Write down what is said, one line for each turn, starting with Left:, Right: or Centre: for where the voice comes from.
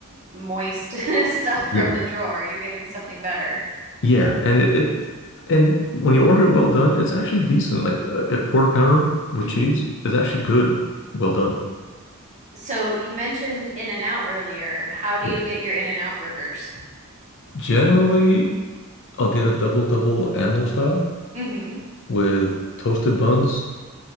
Right: moist <laughs> stuff from
Left: Yeah.
Right: the drawer. You're getting something better.
Left: Yeah, and it, it and when you order it well done, it's actually decent. Like a, a quarter pounder with
Right: hmm
Left: cheese is actually good, well done.
Right: So you mentioned In-N-Out earlier. How do
Left: Yeah.
Right: you get your In-N-Out burgers?
Left: Generally, I'll get a double double animal style
Right: hmm
Left: with toasted buns,